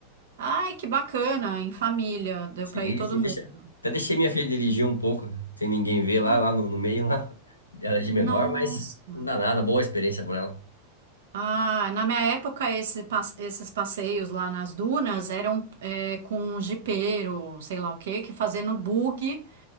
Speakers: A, on the right (about 60°); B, on the left (about 80°).
A: Ai, que bacana, em família, deu
B: Sim,
A: para ir todo
B: sim,
A: mundo.
B: deixa... até deixei minha filha dirigir um pouco, né? sem ninguém ver lá,
A: Ah,
B: lá no, no meio, lá. <laughs> Ela é de
A: Nossa.
B: menor, mas não dá nada, boa experiência para ela.
A: Ah, na minha época, esse pas- esses passeios lá nas dunas eram é, com um jipeiro, sei lá o quê, que fazia no bug.